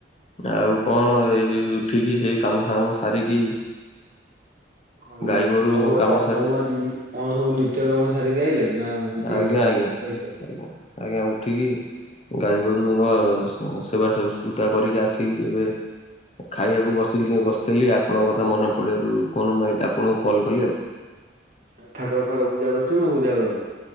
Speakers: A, on the left (about 35°); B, on the right (about 45°).
A: ଆଉ କଣ ଏଇ ଉଠିକି ସେଇ କାମସାମ ସାରିକି
B: ଖନିର୍
A: ଗାଈ ଗୋରୁ
B: ତମର୍
A: କାମ
B: ତା
A: ସାରି
B: ତମ ନି ତମର ସବୁ ନିତ୍ୟ କର୍ମ ସାରିକି ଆଇଲଣି? ନା ଏମତି
A: ଆଜ୍ଞା
B: ସବ
A: ଆଜ୍ଞା
B: ଶୋଇଚ?
A: ଆଜ୍ଞା ଆଜ୍ଞା ଉଠିକି ଗାଈ ଗୋରୁଙ୍କ ସ ସେବା ସଂସ୍କୁତା କରିକି ଆସିକି ଏବେ ଖାଇବାକୁ ବସିଲି ବସିଥିଲି ଆପଣଙ୍କ କଥା ମନେ ପଡିବାରୁ ଫୋନ ମାଇ ଆପଣଙ୍କୁ କଲ୍ କଲି ଆଉ।
B: ଆଉ ଠାକୁର ଫାକୁର ପୂଜା କରୁଚ ନା ପୂଜା କରୁନ?